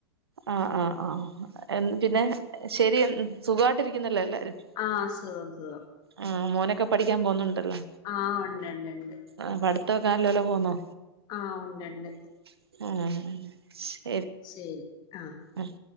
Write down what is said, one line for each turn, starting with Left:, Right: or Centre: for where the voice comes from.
Right: ആഹ് ആഹ് ആഹ് യെന്ത് പിന്നെ ശരി സുഖായിട്ടിരിക്കുന്നുല്ലോ എല്ലാരും
Left: ആഹ് സുഖം സുഖം
Right: ആഹ് മോനൊക്കെ പഠിക്കാൻ പോവ്ന്നുണ്ടല്ലോ
Left: ആഹ് ഒണ്ട്ണ്ട് ഒണ്ട്
Right: ആഹ് പടുത്തക്കെ നല്ലല പോവ്ന്നോ
Left: ആഹ് ഒണ്ടണ്ട്
Right: ആഹ്
Left: ശരി ആഹ്
Right: ആഹ്